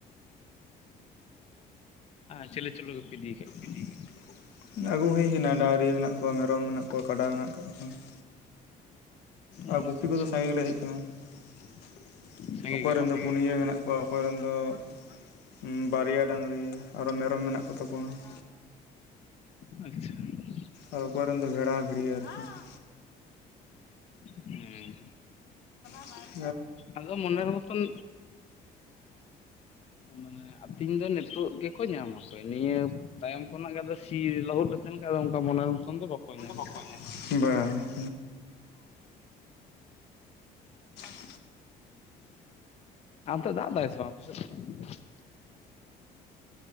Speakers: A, on the left (about 40°); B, on the left (about 80°).
A: ᱪᱤᱞᱤ <unintelligible> ᱤᱫᱤ ᱠᱚᱣᱟ
B: ᱤᱫᱤ ᱟᱠᱟᱫ <unintelligible> ᱟᱹᱜᱩ ᱦᱩᱭ ᱟᱠᱟᱱᱟ ᱰᱟᱺᱝᱨᱤ ᱢᱮᱱᱟᱜ ᱠᱚᱣᱟ ᱢᱮᱨᱚᱢ ᱢᱮᱱᱟᱜ ᱠᱚᱣᱟ ᱠᱟᱰᱟ ᱢᱮᱱᱟᱜ ᱟᱠᱟᱫ ᱠᱚᱣᱟ ᱾ ᱟᱨ
A: ᱟᱪᱪᱷᱟ
B: ᱜᱩᱯᱤ ᱠᱚᱫᱚ ᱥᱟᱸᱜᱮ ᱜᱮᱞᱮ ᱦᱮᱡ ᱟᱠᱟᱱᱟ ᱾
A: ᱥᱟᱸᱜᱮ
B: ᱚᱠᱚᱭ
A: ᱜᱮ
B: ᱨᱮᱱ
A: ᱵᱟᱝ
B: ᱫᱚ ᱯᱩᱱᱭᱟᱹ ᱢᱮᱱᱟᱜ ᱠᱚᱣᱟ ᱚᱠᱚᱭ ᱨᱮᱱ ᱫᱚ ᱦᱩᱸ ᱵᱟᱨᱭᱟ ᱰᱟᱺᱝᱨᱤ ᱟᱨᱚ ᱢᱮᱨᱚᱢ ᱢᱮᱱᱟᱜ ᱠᱚ ᱛᱟᱠᱚᱣᱟ ᱾
A: ᱟᱪᱪᱷᱟ ᱾
B: ᱟᱨ ᱚᱠᱚᱭ ᱨᱮᱱ ᱫᱚ ᱵᱷᱮᱲᱟ ᱵᱷᱤᱲᱤ ᱟᱨᱠᱤ ᱾
A: ᱦᱮᱸ
B: ᱵᱟᱨ
A: ᱟᱫᱚ ᱢᱚᱱᱮᱨ ᱢᱚᱛᱚᱱ ᱢᱟᱱᱮ ᱟᱹᱛᱤᱧ ᱫᱚ ᱱᱤᱛ ᱱᱤᱛᱚᱜ ᱜᱮᱠᱚ ᱧᱟᱢ ᱟᱠᱚ ᱱᱤᱭᱟᱹ ᱛᱟᱭᱚᱢ ᱠᱷᱚᱱᱟᱜ ᱜᱮ ᱟᱫᱚ ᱥᱤ ᱞᱟᱹᱦᱩᱫ ᱞᱮᱠᱷᱟᱱ ᱜᱮ ᱟᱫᱚ ᱚᱱᱠᱟ ᱢᱚᱱᱮᱨ ᱢᱚᱛᱚᱱ ᱫᱚ ᱵᱟ ᱠᱚ ᱧᱟᱢ
B: ᱵᱟᱠᱚ ᱧᱟᱢ, ᱵᱟᱝ <inaudible>
A: ᱟ ᱚᱱᱛᱮ ᱫᱟᱜ ᱮᱫᱟᱭ ᱥᱮ ᱵᱟᱝ ᱟᱯᱮ ᱥᱮᱫ <unintelligible>